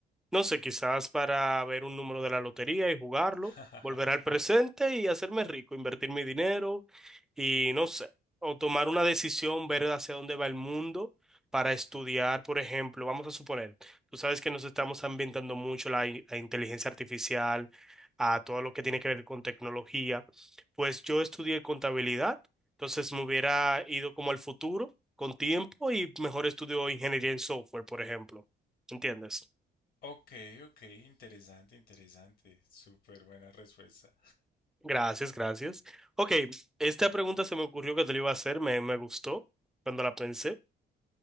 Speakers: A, in the centre; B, on the left.
A: No sé, quizás para ver un número de la lotería y jugarlo,
B: <laughs>
A: volver al presente y hacerme rico, invertir mi dinero y no sé, o tomar una decisión, ver hacia dónde va el mundo para estudiar, por ejemplo, vamos a suponer, tú sabes que nos estamos ambientando mucho la, in- a inteligencia artificial, a todo lo que tiene que ver con tecnología, pues yo estudié contabilidad, entonces me hubiera ido como al futuro con tiempo y mejor estudio ingeniería en software, por ejemplo, ¿entiendes?
B: Ok, ok, interesante, interesante. Súper buena respuesta.
A: Gracias, gracias. Ok, esta pregunta se me ocurrió que te la iba a hacer, me, me gustó cuando la pensé.